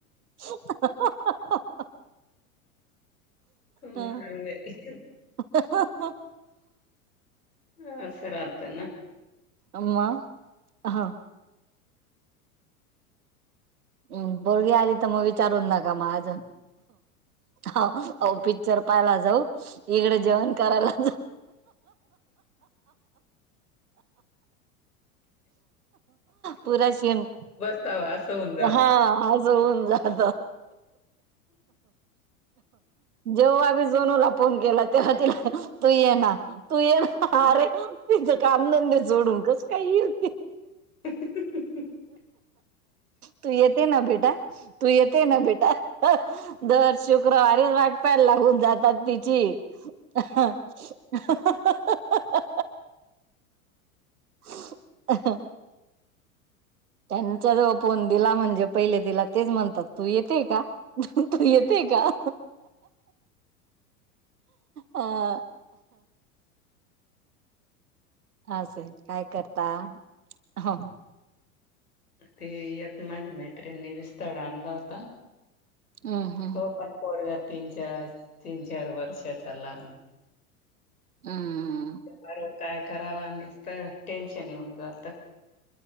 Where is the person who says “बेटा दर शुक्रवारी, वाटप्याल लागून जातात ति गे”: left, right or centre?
Right